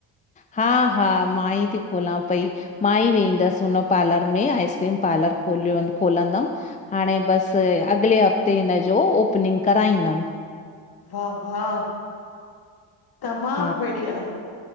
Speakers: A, on the left (about 15°); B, on the left (about 50°).
A: हा हा मां ई थी खोलां पई। मां ई वेंदस हुन पार्लर में आइस्क्रीम पार्लर खोलियो खोलंदम। हाणे बस अॻले हफ़्ते हिन जो ओपनिंग कराईंदम।
B: हाँ हाँ, तमाम
A: हा
B: बढ़िया।